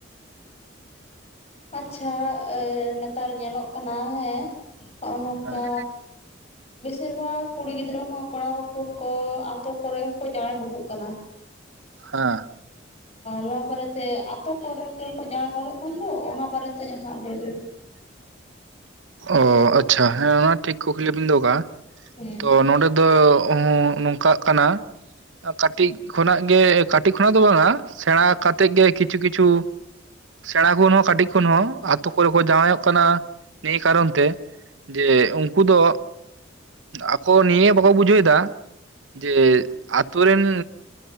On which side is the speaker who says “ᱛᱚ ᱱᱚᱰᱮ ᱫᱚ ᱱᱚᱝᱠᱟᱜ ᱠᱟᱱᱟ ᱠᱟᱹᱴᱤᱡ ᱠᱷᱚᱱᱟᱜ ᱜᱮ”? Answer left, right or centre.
Right